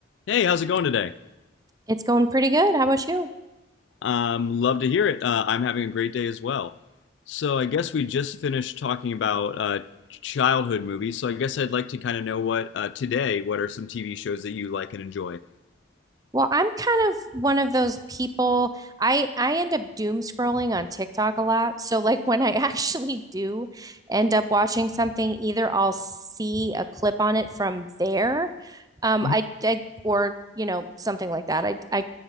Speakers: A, on the left; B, on the right.
A: Hey, how's it going today?
B: It's going pretty good. How about you?
A: Um, love to hear it. Uh, I'm having a great day as well. So I guess we just finished talking about uh, childhood movies. So I guess I'd like to kind of know what uh, today, what are some TV shows that you like and enjoy?
B: Well, I'm kind of one of those people. I I end up doom scrolling on TikTok a lot. So like when I <laughs> actually do end up watching something, either I'll see a clip on it from there, um,
A: Mhm.
B: I, I or you know something like that. I I